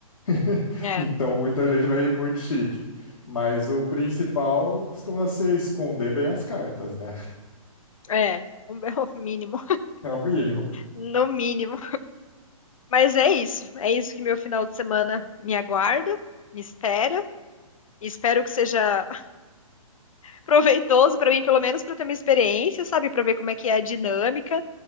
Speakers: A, on the left; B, on the left.
A: <laughs>
B: É,
A: então muita gente vai ir muito chique. Mas o principal costuma ser esconder bem as cartas, né?
B: é, o meu <laughs> mínimo,
A: É o mínimo.
B: no mínimo. Mas é isso, é isso que meu final de semana me aguarda, me espera. Espero que seja proveitoso para mim, pelo menos para ter uma experiência, sabe? Para ver como é que é a dinâmica